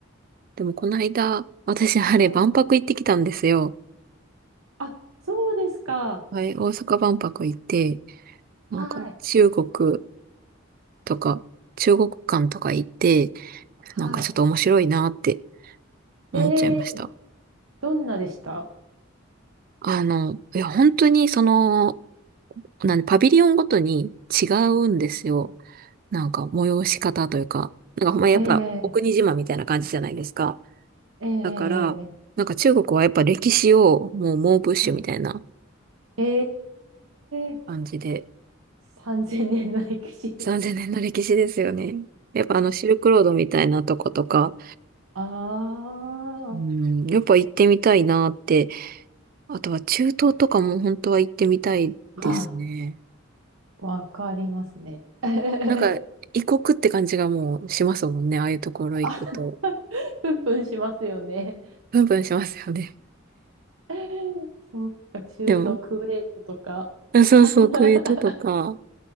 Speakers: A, on the right (about 45°); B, on the right (about 75°).
A: でも、この間、私、あれ、
B: はい
A: 万博行ってきたんですよ。
B: あ、そうですか。
A: はい、大阪万博行って、
B: はい。
A: なんか、中国とか、中国館とか行って、
B: はい。
A: なんかちょっと面白いなって思っちゃいました。
B: えー、どんなでした
A: あの、いや、本当に、その、なんで、パビリオンごとに違うんですよ。なんか、催し方というか、なんか、ほんまやっぱ、
B: ええ
A: お国自慢みたいな感じじゃないですか。
B: えー
A: だから、
B: えー
A: なんか中国はやっぱ歴史をもう猛プッシュみたいな
B: はい。えー、
A: 感じで、
B: 3000年の歴史。
A: 3000年の歴史ですよね。やっぱあのシルクロードみたいなとことか、
B: <laughs> あ
A: うん、やっぱ行ってみたいなって。あとは中東とかも本当は行ってみたいですね。
B: ああ、わかりますね。<laughs>
A: なんか異国って感じがもうしますもんね。ああいうところ行くと。
B: あ、プンプンしますよね。
A: プンプンしますよね。
B: <laughs> そっか、中東クウェートとか。
A: <laughs> でも、あそうそう、
B: <laughs>
A: クウェートとか。